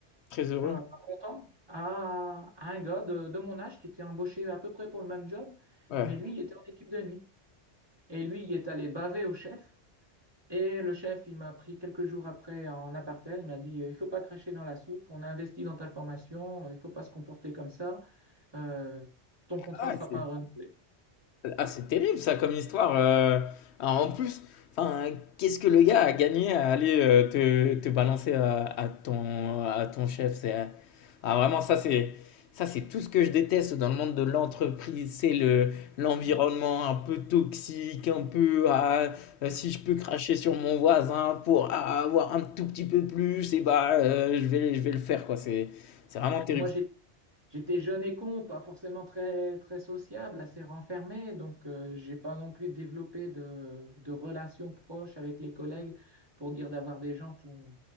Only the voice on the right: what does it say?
pas, pas content à, à un gars de, de mon âge qui était embauché à peu près pour le même job,
mais lui il était en équipe de nuit. Et lui, il est allé baver au chef. Et le chef, il m'a pris quelques jours après en aparté. Il m'a dit, euh, il faut pas cracher dans la soupe. On a investi dans ta formation. Euh, Il faut pas se comporter comme ça. Euh, ton contrat
sera
pas renouvelé.
Mm.
Et moi, j'ai J'étais jeune et con, pas forcément très, très sociable, assez renfermé, donc euh, j'ai pas non plus développé de, de relations proches avec les collègues pour dire d'avoir des gens pour,